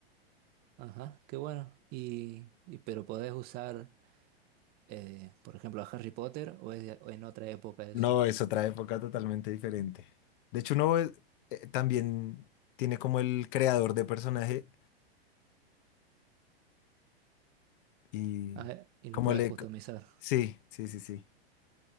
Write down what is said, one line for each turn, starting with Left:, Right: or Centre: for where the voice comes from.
Right: Ajá, qué bueno. Y, y- pero podés usar, eh, por ejemplo, a Harry Potter o, es de- o en otra época eso.
Left: No, es otra época totalmente diferente. De hecho, uno eh, eh, también tiene como el creador de personaje y
Right: A ver, y
Left: como
Right: lo podés
Left: le...
Right: customizar.
Left: Sí, sí, sí, sí,